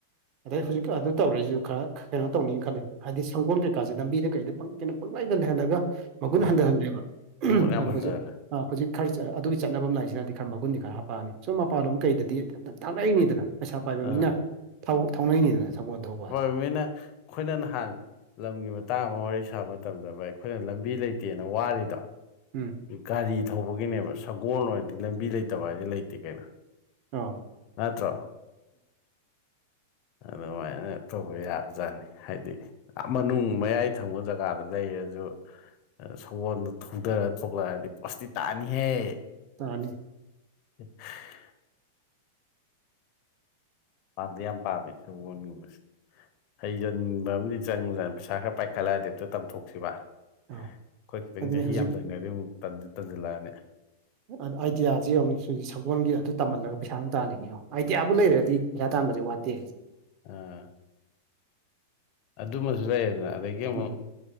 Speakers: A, on the right (about 40°); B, on the left (about 40°).
A: ꯑꯗꯩ ꯍꯧꯖꯤꯛ ꯑꯗꯨ ꯇꯧꯔꯩꯖꯨ ꯈꯔ ꯈ ꯀꯩꯅꯣ ꯇꯧꯅꯤ ꯈꯜꯂꯦ ꯍꯥꯏꯗꯤ ꯁꯪꯒꯣꯟ ꯀꯩꯀꯥꯖꯦ ꯂꯝꯕꯤꯗ ꯀꯩꯗ ꯄꯪ ꯀꯩꯅꯣ ꯄꯪꯂꯩꯗ ꯂꯩꯍꯜꯂꯒ ꯃꯒꯨꯟ
B: ꯑꯥ
A: ꯍꯟꯗꯍꯜꯂꯦꯕ
B: ꯃꯒꯨꯟ ꯌꯥꯝ
A: ꯑꯗꯣ
B: ꯍꯟꯊꯍꯜꯂꯦ
A: ꯍꯧꯖꯤꯛ ꯑ ꯍꯨꯖꯤꯛ ꯈꯔ ꯆ ꯑꯗꯨꯒꯤ ꯆꯠꯅꯕꯝ ꯂꯥꯛꯏꯖꯤꯅꯗꯤ ꯈꯔ ꯃꯒꯨꯟꯗꯤ ꯈꯔ ꯍꯥꯞꯄꯛꯑꯅꯤ ꯁꯨꯝ ꯃꯄꯥꯟꯂꯣꯝ ꯀꯩꯗꯗꯤ <unintelligible> ꯇꯥꯡꯅꯩꯅꯤꯗꯅ ꯄꯩꯁꯥ ꯄꯥꯏꯕ
B: ꯑꯥ
A: ꯃꯤꯅ ꯊꯧ-ꯊꯧꯅꯩꯅꯤꯗꯅ ꯁꯪꯒꯣꯟ ꯊꯧꯕꯖꯦ
B: ꯃꯣꯏꯅ ꯑꯩꯈꯣꯏꯅ ꯅꯍꯥꯟ ꯂꯝꯒꯤ ꯃꯇꯥꯡ ꯑꯃ ꯋꯥꯔꯤ ꯁꯥꯕ ꯃꯇꯝꯗ ꯑꯩꯈꯣꯏꯅ ꯂꯝꯕꯤ ꯂꯩꯇꯦꯅ ꯋꯥꯔꯤꯗꯣ
A: ꯎꯝ
B: ꯒꯥꯔꯤ ꯊꯧꯕꯒꯤꯅꯦꯕ ꯁꯒꯣꯜ ꯑꯣꯏꯔꯗꯤ ꯂꯝꯕꯤ ꯂꯩꯇꯕ ꯍꯥꯏꯁꯦ ꯂꯩꯇꯦ ꯀꯩꯅꯣ
A: ꯑꯥ
B: ꯅꯠꯇ꯭ꯔꯣ
A: <unintelligible> <inaudible>
B: ꯑꯗꯨꯃꯥꯏꯅ ꯇꯧꯕ ꯌꯥꯕꯖꯥꯠꯅꯤ ꯍꯥꯏꯗꯤ ꯃꯅꯨꯡ ꯃꯌꯥꯏ ꯊꯪꯕ ꯖꯒꯥꯗ ꯂꯩꯔꯁꯨ ꯁꯒꯣꯜꯗꯨ ꯊꯧꯗꯔ ꯊꯣꯛꯂꯛ ꯑꯥꯗꯤ ꯄꯣꯁꯇꯤ ꯇꯥꯅꯤꯍꯦ
A: ꯇꯅꯤ
B: <unintelligible> ꯄꯥꯝꯗꯤ ꯌꯥꯝ ꯄꯥꯝꯃꯦ ꯁꯒꯣꯜꯒꯨꯝꯕꯁꯦ ꯍꯩꯖꯤꯟꯕ ꯑꯃꯗꯤ ꯆꯪꯕ ꯖꯥꯅꯦ ꯄꯩꯁꯥ ꯈꯔ ꯄꯥꯏꯈꯠꯂꯛꯑꯗꯤ ꯑꯝꯇ ꯇꯝꯊꯣꯛꯁꯤꯕ ꯑꯩꯈꯣꯏ
A: ꯑꯧ
B: ꯈꯤꯇꯪ
A: ꯑꯗꯨꯅꯤ
B: ꯆꯍꯤ
A: ꯍꯧꯖꯤꯛ
B: ꯌꯥꯝꯁꯤꯟ ꯈ꯭ꯔꯗꯤ ꯑꯃꯨꯛ ꯇꯟꯁꯤꯜꯂꯛꯑꯅꯤ
A: ꯑꯥꯏꯗꯤꯌꯥꯁꯤ ꯌꯦꯡꯉꯨꯅꯦ ꯁꯒꯣꯜꯒꯤ ꯑꯗꯨ ꯇꯝꯍꯜꯂꯒ ꯄꯩꯁꯥꯁꯨ ꯇꯥꯜꯂꯤꯅꯦ ꯑꯥꯏꯗꯤꯌꯥꯕꯨ ꯂꯩꯔꯒꯗꯤ ꯄꯩꯁꯥ ꯇꯥꯟꯕꯁꯦ ꯋꯥꯠꯇꯦ
B: <unintelligible> ꯑꯗꯨꯃꯁꯨ ꯂꯩꯌꯦꯗꯅ ꯑꯗꯒꯤ ꯑꯃꯨꯛ
A: ꯎꯝ